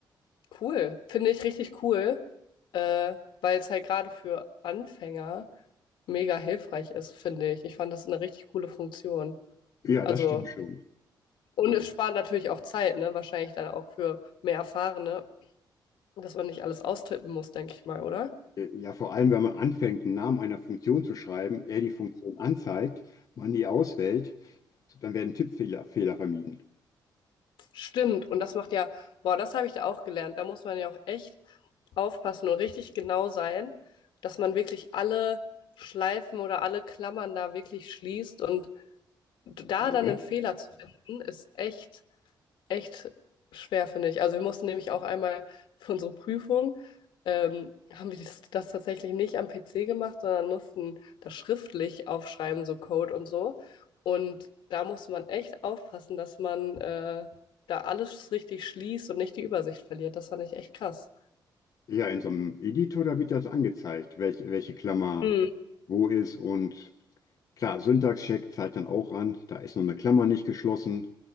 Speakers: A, on the left; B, on the left.
A: Cool, finde ich richtig cool, äh, weil es halt gerade für Anfänger mega hilfreich ist, finde ich. Ich fand das eine richtig coole Funktion.
B: Ja,
A: Also,
B: das stimmt schon.
A: und es spart natürlich auch Zeit, ne? Wahrscheinlich dann auch für mehr Erfahrene, dass man nicht alles austippen muss, denke ich mal, oder?
B: Äh, Ja, vor allem, wenn man anfängt, einen Namen einer Funktion zu schreiben, er die Funktion anzeigt, man die auswählt, dann werden Tippfehler Fehler vermieden.
A: Stimmt, und das macht ja, boah, das habe ich da auch gelernt. Da muss man ja auch echt aufpassen und richtig genau sein, dass man wirklich alle Schleifen oder alle Klammern da wirklich schließt und da
B: Ja.
A: dann einen Fehler zu finden, ist echt, echt schwer, finde ich. Also wir mussten nämlich auch einmal für unsere Prüfung, ähm, haben wir das, das tatsächlich nicht am PC gemacht, sondern mussten das schriftlich aufschreiben, so Code und so. Und da musste man echt aufpassen, dass man äh, da alles richtig schließt und nicht die Übersicht verliert. Das fand ich echt krass.
B: Ja, in so einem Editor, da wird das angezeigt, welche, welche Klammer
A: Hm,
B: wo ist und Klar, Syntax-Check zeigt dann auch an, da ist noch eine Klammer nicht geschlossen